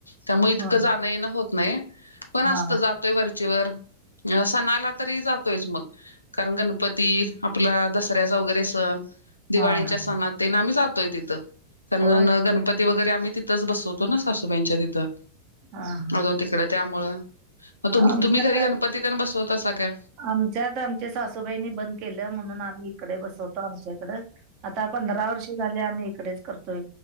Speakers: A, on the left; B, on the right.
A: त्यामुळे इतकं
B: हा
A: जाणं येणं होत नाही. पण असतं
B: हा
A: जातोय वरच्यावर. सणाला तरी जातो तेच मग. कारण गणपती, आपला दसऱ्याचा वगैरे सण, दिवाळीच्या
B: हा हा
A: सणात. तेन आम्ही जातोय तिथं. कारण
B: होय.
A: गणपती वगैरे आम्ही तिथंच बसवतो ना, सासूबाईंच्या तिथं.
B: हा हा
A: अजून तिकडं त्यामुळं. मग
B: आमच्यात
A: तुम्ही घरी गणपती पण बसवता का?
B: आमच्यात आमच्या सासूबाईनी बंद केलं. म्हणून आम्ही इकडे बसवतो आमच्याइकडं. आता पंधरा वर्ष झाले, आम्ही इकडेच करतोय.